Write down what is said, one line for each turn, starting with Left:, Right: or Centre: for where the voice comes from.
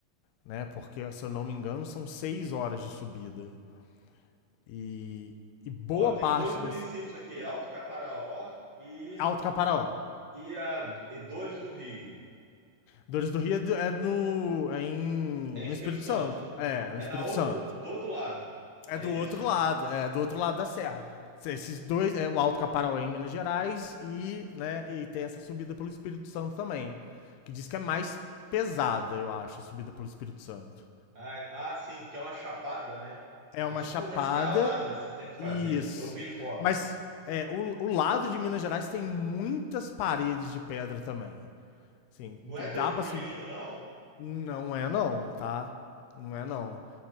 Left: né? Porque, se eu não me engano, são seis horas de subida. E, e boa
Right: Ó, tem
Left: parte
Right: dois municípios
Left: dessa.
Right: aqui, Alto Caparaó e,
Left: Alto Caparaó.
Right: e, a, e Dores do Rio.
Left: Dores do Rio é, do- é no, é em,
Right: É em Espírito
Left: no Espírito
Right: Santo.
Left: Santo. É, é no
Right: É
Left: Espírito
Right: na outro,
Left: Santo.
Right: do outro lado.
Left: É
Right: É
Left: do
Right: isso?
Left: outro lado, é do outro lado da serra. Esses dois, é o Alto Caparaó é em Minas Gerais e, né, e tem essa subida pelo Espírito Santo também. Que diz que é mais pesada, eu acho, a subida pelo Espírito Santo.
Right: Ah, ah, sim, porque é uma chapada, né?
Left: É
Right: É
Left: uma
Right: tipo
Left: chapada.
Right: uma escalada que você tem que fazer.
Left: Isso.
Right: Eu vi foto.
Left: Mas é, o, o lado de Minas Gerais tem muitas paredes de pedra também. Assim,
Right: Não
Left: que
Right: é
Left: dá
Right: tranquilinho,
Left: pra subir.
Right: não?
Left: Não é não, tá? Não é não.